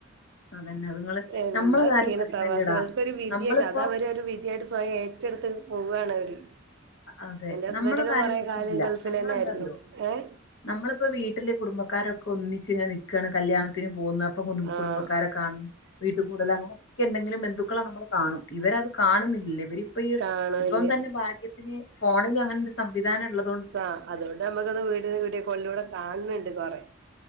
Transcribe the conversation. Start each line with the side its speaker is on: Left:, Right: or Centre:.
Left: അതന്നെ അതുങ്ങള്
Right: എന്താ
Left: നമ്മളെ കാര്യം
Right: ചെയ്യ്ണ്
Left: പ്രശ്നല്ലടാ
Right: പ്രവാസികൾക്കൊരു വിധിയായിട്ട്
Left: നമ്മളിപ്പോ
Right: അത അവര് ഒരു വിധിയായിട്ട് സ്വയം ഏ റ്റടുത്ത് പോവാണ് അവര്
Left: അതെ
Right: എന്റെ ഹസ്ബന്റെക്കെ
Left: നമ്മളെ കാര്യം
Right: കൊറെേ
Left: പ്രശ്നല്ല
Right: കാലം ഗൾഫിലന്നെ
Left: നമ്മളെന്താറിയോ
Right: ആയിരുന്നു ഏഹ്
Left: നമ്മളിപ്പോ വീട്ടില് കുടുംബക്കാരൊക്കെ ഒന്നിച്ച് ഇങ്ങനെ നിക്കാണ് കല്യാണത്തിന് പോകുന്ന അപ്പൊ കു
Right: ആഹ്
Left: കുടുംബക്കാരൊക്കെ കാണ് വീട്ട് കൂടൽ അങ്ങനെയൊക്കെ എന്തെങ്കിലും ബന്ധുക്കളോ നമ്മൾ കാണും ഇവരത് കാണുന്നില്ല ഇവര് ഇപ്പൊ ഈ
Right: കാണുന്നില്ല
Left: ഇപ്പം തന്നെ ഭാഗ്യത്തിന് ഫോണില് അങ്ങനെ ഒരു സംവിധാനം ഉള്ളത്
Right: സ അതുകൊണ്ട് നമ്മുക്കത് വീടിന് വീഡിയോ കോളിൽ കാണുന്നുണ്ട് കൊറെേ